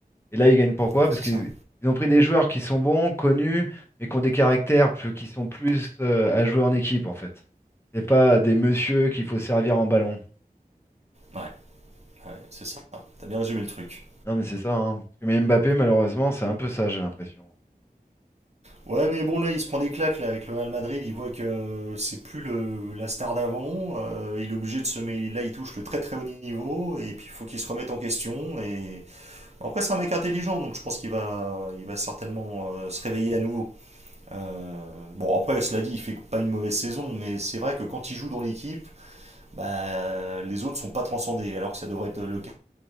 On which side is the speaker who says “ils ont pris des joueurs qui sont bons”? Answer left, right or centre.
Left